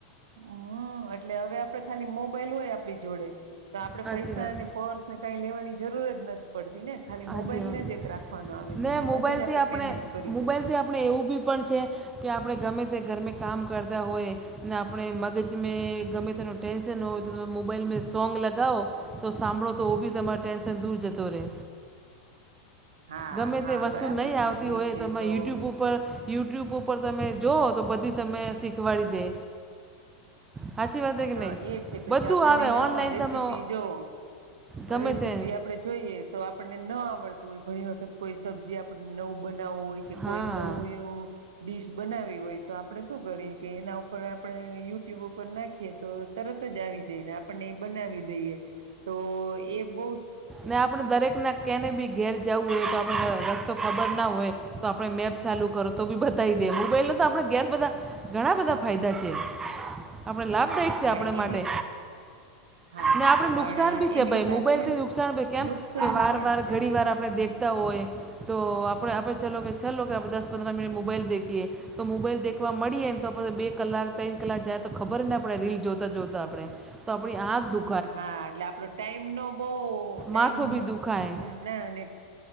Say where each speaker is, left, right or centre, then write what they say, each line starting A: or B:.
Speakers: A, on the right; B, on the right.
A: હમ એટલે હવે આપડે ખાલી મોબાઈલ હોય આપડી જોડે, તો આપડે
B: સાચી
A: પૈસાને
B: વાત
A: પર્સ ને કઈ લેવાની જરૂર જ નથી જ પડતી ને? ખાલી
B: સાચી
A: મોબાઈલને
B: વાત
A: જ એક રાખવાનો આવે છે.
B: ને
A: અને એમાંથી
B: મોબાઈલથી
A: જ આપણે પેમેન્ટ કરી
B: મોબાઈલથી
A: શકીએ
B: આપણે
A: છીએ.
B: એવું બી પણ છે, કે આપણે ગમે તે ગરમે કામ કરતા હોય. ને આપણે મગજ મે ગમે તેનું ટેન્શન હોય તો મોબાઈલમેં સોંગ લગાવો તો સાંભળોતો ઓબી તમારો ટેન્શન દૂર જતો રે.
A: હા
B: ગમે
A: હા
B: તે વસ્તુ
A: બરાબર
B: નહીં આવતી
A: છે એ
B: હોય,
A: છે
B: તોમાં
A: તો
B: યુટ્યુબ ઉપર ઉપ યુટ્યુબ ઉપર તમે જોઓ તો બધી તમે શીખવાડી દે. સાચી વાત છે કે
A: હા
B: નહીં
A: એ છે, પછી
B: બધું
A: આપણને
B: આવે ઓનલાઈન
A: હ રેસીપી
B: તમે
A: જો.
B: ગમે
A: રેસીપી
B: તે
A: આપડે જોઈએ. તો આપણને ન આવડતી હોય. ઘણી વખત કોઈ સબ્જી આપણને નવું બનાવવું હોય? કે
B: હા
A: કોઈ નવુ એવુ ડીશ બનાવી હોય. તો આપણે શું કરીએ કે એના ઉપર આપણે યુટ્યુબ ઉપર નાખીએ તો તરત જ આવી જાયને. આપણને એ બનાવી દઈએ તો એ બહ
B: ને આપડે દરેક ના કેને બી ઘેર જવું હોય, તો આપણે રસ્તો ખબર ના હોય તો આપણે મેપ ચાલુ કરો તો બી બતાઇ દે. મોબાઈલ ન તો આપણે ઘેર બધા ઘણા બધા ફાયદા છે. આપણ લાભદાયક
A: હા
B: છે.
A: પણ
B: આપણે
A: એની
B: માટે
A: હા
B: ને આપડ
A: પણ
B: નુકસાન ભી છે,
A: એની
B: ભાઈ
A: સાથે
B: મોબાઈલ થી નુકસાન ભાઈ કેમ
A: નુકસાન
B: કે વાર
A: પણ
B: વાર
A: છે
B: ઘણી વાર આપણે
A: હમ
B: દેખતા હોય. તો આપણે આપણે ચલો કે ચાલ કે આપણે દસ-પંદર મિનિટ મોબાઈલ દેખીએ. તો મોબાઈલ દેખવા મળીએ એને તો આપ બે કલાક ત્રણ કલાક જાય તો ખબર જ ના આપડે રીલ જોતા જોતા આપણે. તો આપણી આ દુ
A: હા એટલે આપડો ટાઈમ નો બો ટાઈમ
B: માથો બી દુખાય
A: હમ ના અને